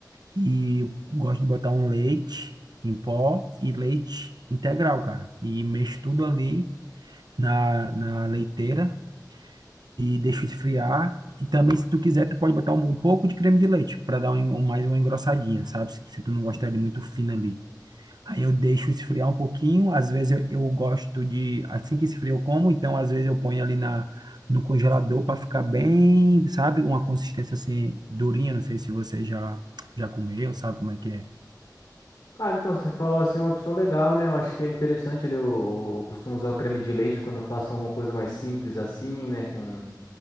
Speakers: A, on the right; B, on the left.
A: E gosto de botar um leite em pó e leite integral, cara. E mexo tudo ali na, na leiteira e deixa esfriar. E também, se tu quiser, tu pode botar um, um pouco de creme de leite para dar um, en- um- mais uma engrossadinha, sabe? Se, se tu não gostar de muito fino ali. Aí eu deixo esfriar um pouquinho. Às vezes eu, eu gosto de, assim que esfria eu como, então às vezes eu ponho ali na, no congelador para ficar bem, sabe? Uma consistência assim durinha. Não sei se você já, já comeu, sabe como é que é.
B: Cara, então você falou assim, é uma opção legal, né? Eu acho que é interessante ali. Eu, eu costumo usar o creme de leite quando eu faço alguma coisa mais simples assim, né? Com